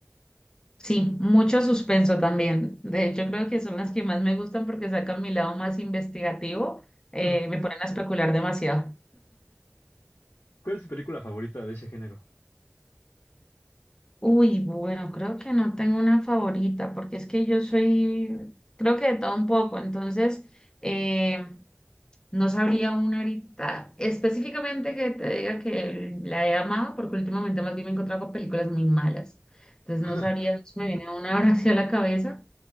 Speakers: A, on the left; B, on the left.
A: Sí, mucho suspenso también. De hecho, creo que son las que más me gustan porque sacan mi lado más investigativo, eh,
B: <laughs>
A: me ponen a especular demasiado.
B: ¿Cuál es tu película favorita de ese género?
A: Uy, bueno, creo que no tengo una favorita porque es que yo soy, creo que de todo un poco, entonces... eh, No sabría una ahorita específicamente que te diga que la he amado, porque últimamente más bien me he encontrado con películas muy malas. Entonces
B: <laughs>
A: no sabría, no se me viene una <laughs> ahora hacia la cabeza,